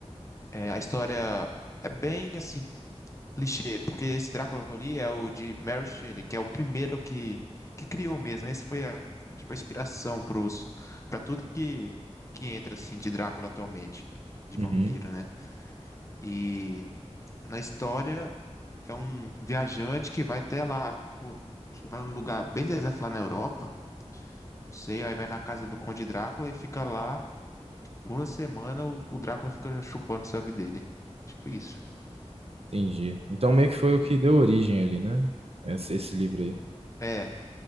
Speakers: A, on the left; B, on the right.
A: é, a história é bem assim clichê, porque esse Drácula que eu li é o de Mary Shelley, que é o primeiro que, que criou mesmo. Esse foi a, tipo, a inspiração pros, pra tudo que, que entra, assim, de Drácula atualmente, de
B: Uhum.
A: vampiro, né? E na história é um viajante que vai até lá, pô, acho que vai num lugar bem deserto lá na Europa, não sei, aí vai na casa do Conde Drácula e fica lá por uma semana, o, o Drácula fica chupando o sangue dele. Tipo isso.
B: Entendi. Então meio que foi o que deu origem ali, né? Esse, esse livro aí.
A: É.